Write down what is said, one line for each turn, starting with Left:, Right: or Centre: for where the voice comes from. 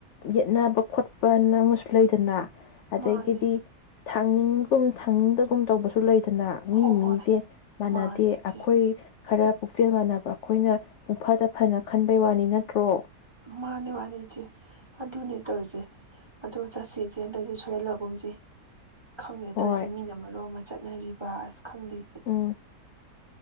Left: ꯌꯦꯠꯅꯕ ꯈꯣꯠꯄꯅ ꯑꯃꯁꯨ ꯂꯩꯗꯅ ꯑꯗꯒꯤꯗꯤ
Right: ꯃꯥꯅꯤ
Left: ꯊꯥꯡꯅꯤꯡꯒꯨꯝ ꯊꯥꯡꯅꯤꯡꯗꯒꯨꯝ ꯇꯧꯕꯁꯨ ꯂꯩꯗ ꯅ ꯃꯤ
Right: ꯍꯣꯏ
Left: ꯃꯤꯖꯦ
Right: ꯍꯣꯏ
Left: ꯃꯥꯟꯅꯗꯦ
Right: ꯃꯥꯅꯤ ꯏꯆꯦ
Left: ꯑꯈꯣꯏ ꯈꯔ ꯄꯨꯛ ꯄꯨꯛꯆꯦꯜ ꯃꯥꯟꯅꯕ ꯑꯈꯣꯏꯅ ꯄꯨꯡꯐꯗ ꯐꯅ ꯈꯟꯕꯩ ꯋꯥꯅꯤ ꯅꯠꯇ꯭ꯔꯣ
Right: ꯃꯥꯅꯦ ꯃꯥꯅꯦ ꯏꯆꯦ ꯑꯗꯨꯅꯦ ꯇꯧꯔꯤꯖꯦ ꯑꯗꯣ ꯆꯠꯁꯦ ꯏꯆꯦ ꯍꯟꯗꯛꯇꯤ ꯁꯣꯏꯍꯜꯂꯒꯨꯝꯖꯤ꯫ ꯈꯪꯗꯦꯅꯦ
Left: ꯍꯣꯏ
Right: ꯇꯧꯔꯤꯁꯦ ꯃꯤꯅ ꯃꯔꯣ ꯑꯃ ꯆꯠꯅꯔꯤ ꯕꯥꯁ ꯈꯪꯗꯦ
Left: ꯎꯝ꯫